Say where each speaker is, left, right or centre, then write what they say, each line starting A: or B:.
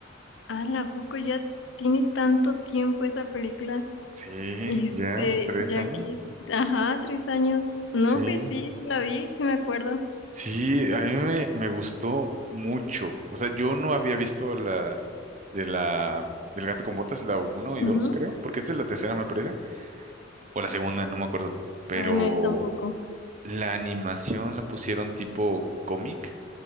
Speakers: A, on the left (about 75°); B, on the right (about 40°).
A: ala, ¿a poco ya tiene tanto tiempo esa película?
B: Sí,
A: Este,
B: ya, tres
A: ya
B: años.
A: aquí, ajá, tres años. No,
B: Sí,
A: pues sí, sí la vi, sí me acuerdo.
B: sí, a mí me, me gustó mucho. O sea, yo no había visto las de la del gato con botas, la uno y
A: Ujú.
B: 2, creo, porque esta es la tercera, me parece, o la segunda, no me acuerdo. Pero
A: Ay, no, yo tampoco.
B: La animación la pusieron tipo cómic